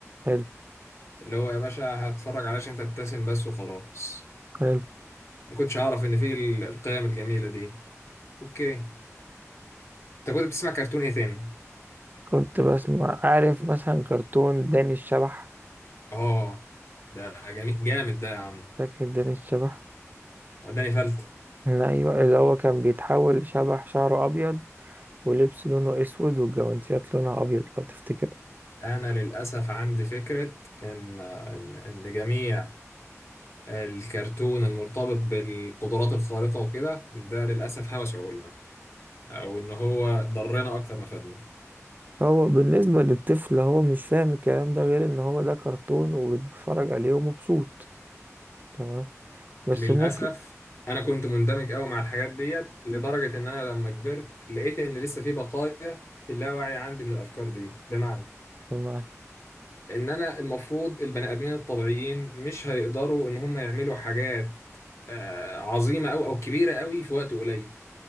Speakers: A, on the right; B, on the left.
A: حلو
B: اللي هو يا باشا هتفرج علشان تبتسم بس وخلاص
A: حلو
B: ما كنتش اعرف ان فيه ال- القيم الجميلة دي اوكي انت كنت بتسمع كرتون ايه تاني
A: كنت بسمع عارف مثلا كرتون داني الشبح
B: اه ده جميل جامد ده يا عم
A: فاكر داني الشبح
B: وداني فلت
A: ايوه اللي هو كان بيتحول شبح شعره ابيض ولبس لونه اسود والجوانتيات لونها ابيض لو تفتكر
B: انا للاسف عندي فكرة ان ان ان جميع الكرتون المرتبط بالقدرات الخارقة وكده ده للأسف هوس عقولنا أو إن هو ضرنا أكتر ما فادنا
A: هو بالنسبه للطفل هو مش فاهم الكلام ده غير ان هو ده كرتون وبيتفرج عليه ومبسوط تمام بس
B: للأسف
A: ممكن
B: أنا كنت مندمج أوي مع الحاجات ديت لدرجة إن أنا لما كبرت لقيت إن لسه في بقايا في اللاوعي عندي من الأفكار دي بمعنى
A: تمام
B: إن أنا المفروض البني آدمين الطبيعيين مش هيقدروا إن هم يعملوا حاجات آه، عظيمة أو أو كبيرة أوي في وقت قليل